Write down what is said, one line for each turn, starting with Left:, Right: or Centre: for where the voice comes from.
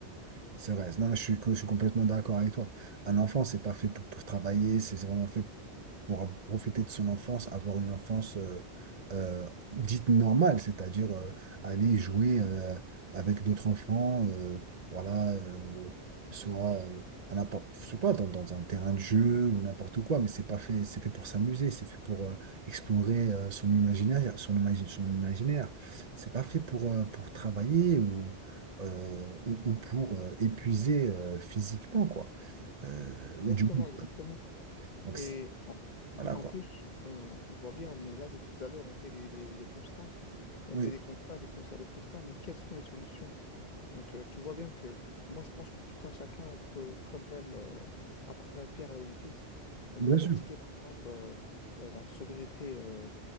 Right: c'est vrai. Non, je suis, co- je suis complètement d'accord avec toi. Un enfant, c'est pas fait pour, pour travailler, c'est vraiment fait pour av- profiter de son enfance, avoir une enfance euh, euh, dite normale, c'est-à-dire euh, aller jouer euh, avec d'autres enfants, euh, voilà, euh, soit euh, à n'importe, je sais pas, dans, dans un terrain de jeu ou n'importe quoi, mais c'est pas fait, c'est fait pour s'amuser, c'est fait pour euh, explorer euh, son imaginaire, son imagi- son imaginaire. C'est pas fait pour euh, pour travailler ou euh, ou, ou pour euh, épuiser euh, physiquement quoi. Euh,
Left: Exactement,
Right: ou du coup.
Left: exactement.
Right: Donc
Left: Et
Right: c'est-
Left: en,
Right: voilà
Left: en
Right: quoi.
Left: plus, on, on voit bien, mais là, depuis tout à l'heure, on fait des, des- des constats. On
Right: Oui.
Left: fait des constats, des constats, des constats, mais quelles sont les solutions? Donc, euh, tu vois bien que moi, je pense que tout un chacun, on peut quand même euh, apporter notre pierre à l'édifice. On
Right: Bien
Left: peut pratiquer,
Right: sûr.
Left: par exemple, euh, euh, la sobriété euh,